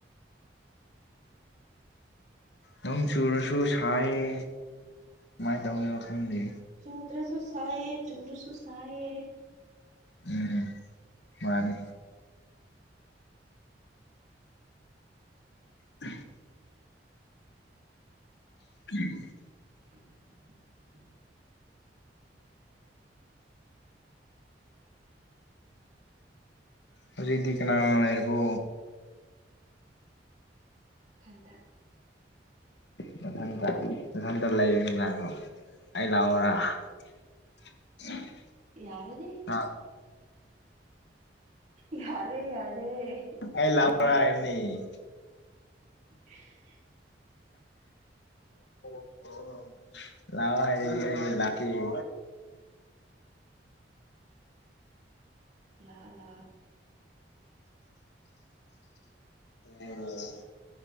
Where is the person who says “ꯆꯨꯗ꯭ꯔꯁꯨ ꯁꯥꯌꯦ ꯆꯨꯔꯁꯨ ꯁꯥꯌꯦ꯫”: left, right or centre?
Right